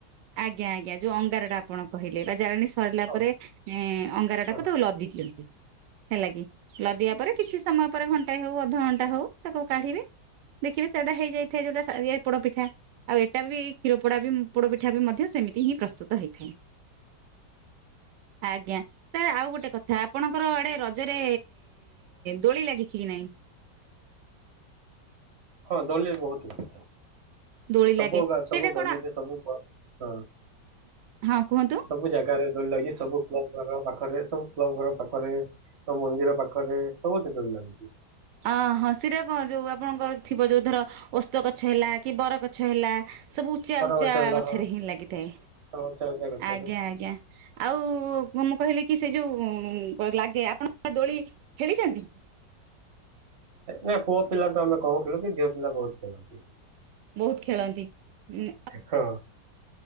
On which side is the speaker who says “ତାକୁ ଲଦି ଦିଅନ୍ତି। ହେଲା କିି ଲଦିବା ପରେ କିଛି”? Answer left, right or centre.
Right